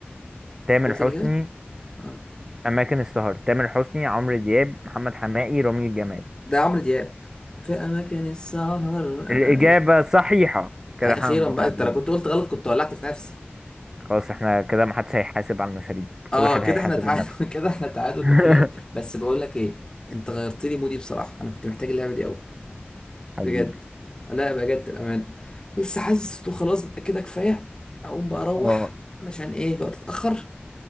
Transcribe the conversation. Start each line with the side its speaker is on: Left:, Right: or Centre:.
Right: تامر
Left: قول
Right: حسني
Left: تاني كده اه
Right: أماكن السهر تامر حسني عمرو دياب محمد حماقي رامي جمال
Left: ده عمرو دياب في اماكن السهر انا
Right: الإجابة
Left: ايوه
Right: صحيحة كده
Left: آه،
Right: احنا
Left: اخيرا
Right: متعادلين
Left: بقى انت لو كنت قلت غلط كنت ولعت في نفسي
Right: خلاص احنا كده محدش هيحاسب على المشاريب كل
Left: اه
Right: واحد
Left: كده
Right: هيحاسب
Left: احنا تعادل
Right: لنفسه
Left: <laughs> كده احنا تعادل
Right: <laughs>
Left: وحلو قوي بس بقول لك ايه انت غيرت لي مودي بصراحة انا كنت محتاج اللعبة دي قوي
Right: حبيبي
Left: بجد لا بجد الأمان بس حاسس إنه خلاص بقى كده كفاية أقوم بقى أروح
Right: اه
Left: علشان إيه الوقت اتأخر